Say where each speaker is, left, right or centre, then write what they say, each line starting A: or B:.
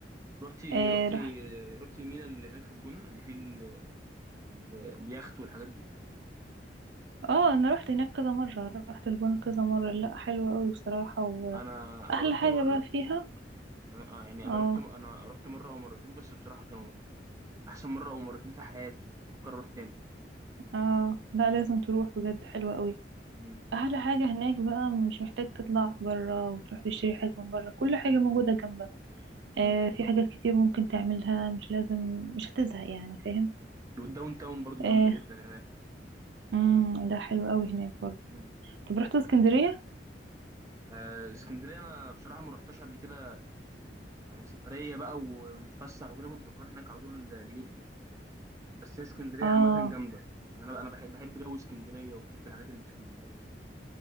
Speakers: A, on the right; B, on the right.
A: رحتي
B: آه
A: رحتي
B: رح
A: رحتي المينا اللي هناك في الجونه اللي فيه ال- ال- اليخت والحاجات دي
B: اه انا رحت هناك كذا مرة رحت الجونة كذا مرة لا حلوة قوي بصراحة واحلى
A: انا انا رحت
B: حاجة
A: مره
B: بقى فيها
A: آه، يعني انا
B: اه
A: رحت انا رحت مره او مرتين بس بصراحه كانوا احسن مره او مرتين في حياتي يعني بفكر اروح تاني
B: اه لا لازم تروح بجد حلوة قوي
A: امم
B: احلى حاجة هناك بقى مش محتاج تطلع برا وتروح تشتري حاجة من برا كل حاجة موجودة جنبك
A: امم
B: آه في حاجات كتير ممكن تعملها مش لازم مش هتزهق يعني فاهم
A: والداون تاون برضو
B: آه
A: جامده جدا هناك
B: مم لا حلوة قوي هناك برضه
A: امم
B: طب رحت اسكندرية
A: آه اسكندريه انا بصراحه ما رحتش قبل كده يعني سفريه بقى ونتفسح وكده كنت بروح هناك على طول لجدي بس هي اسكندريه
B: اه
A: عامه جامده يعني انا انا بحب بحب جو اسكندريه وبحب الحاجات اللي في اسكندريه يعني